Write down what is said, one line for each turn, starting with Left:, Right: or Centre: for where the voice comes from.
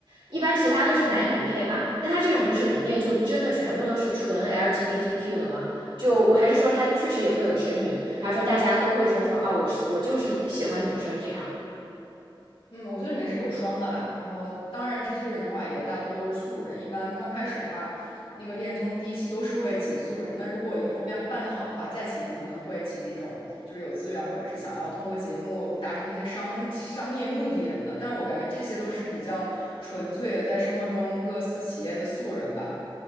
Right: 一般其他都是男女配嘛，那他这种就是里面就真的全部都是纯 LGBTQ 的吗？就还是说他确实也会有直女，还是说大家都会说说啊，我是我就是喜欢女生这样？
Left: 嗯，我觉得里面是有双的啦。然后，当然这些人的话也大多都是素人。一般刚开始的话，那个恋综第一期都是会请素人。那如果以后变办得好的话，再请人可能就会请那种就是有资源或者是想要通过节目达成一些商商业目的的人的。但我感觉这些都是比较纯粹的，在生活中各司其业的素人吧。